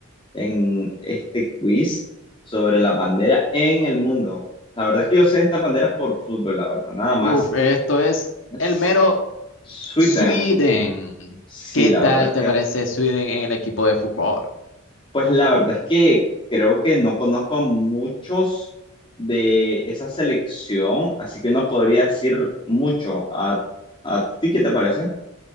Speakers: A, on the left; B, on the left.
A: en este quiz sobre la bandera en el mundo. La verdad es que yo sé estas banderas por fútbol, la verdad, nada
B: Uf,
A: más.
B: esto es
A: Es
B: el mero
A: Sweden.
B: Sweden.
A: Sí,
B: ¿Qué
A: la
B: tal
A: verdad es
B: te
A: que,
B: parece Sweden en el equipo de fútbol?
A: pues la verdad es que creo que no conozco a muchos de esa selección, así que no podría decir mucho. ¿A, a ti qué te parece?